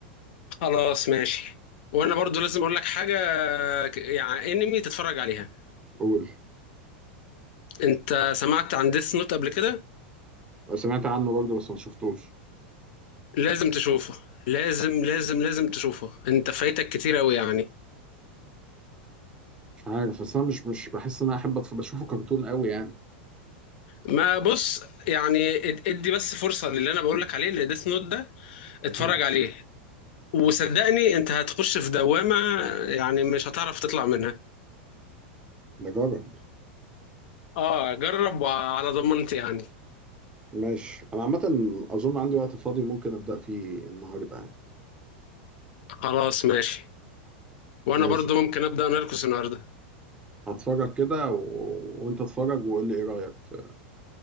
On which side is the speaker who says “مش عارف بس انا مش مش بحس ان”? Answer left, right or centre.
Right